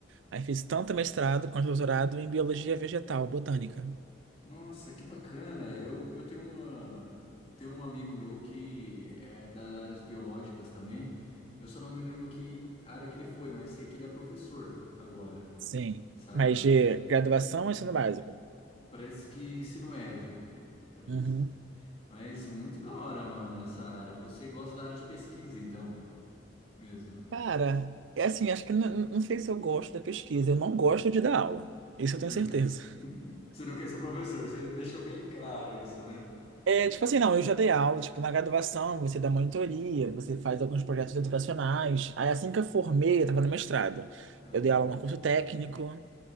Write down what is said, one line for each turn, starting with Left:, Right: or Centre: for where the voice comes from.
Right: aí fiz tanto mestrado quanto doutorado em biologia vegetal, botânica.
Left: Nossa, que bacana. Eu, eu tenho uma, tenho um amigo meu que é das áreas biológicas também. Eu só não me lembro que área que ele foi, mas sei que ele é professor agora,
Right: Sim.
Left: sabe?
Right: Mas de graduação é ensino básico.
Left: Parece que ensino médio, parece.
Right: Uhum.
Left: Mas muito da hora, mano, essa área. Você gosta da área de pesquisa, então, mesmo.
Right: Cara, é assim, acho que n- n- não sei se eu gosto da pesquisa. Eu não gosto de dar aula. Isso
Left: Você
Right: eu tenho
Left: não,
Right: certeza.
Left: <laughs> você não quer ser professor, você deixou bem claro isso, né?
Right: É, tipo assim, não, eu já dei aula, tipo, na graduação, você dá monitoria, você faz
Left: Uhum.
Right: alguns projetos educacionais. Aí assim que eu formei, eu tava no mestrado.
Left: Ah,
Right: Eu dei aula num curso técnico,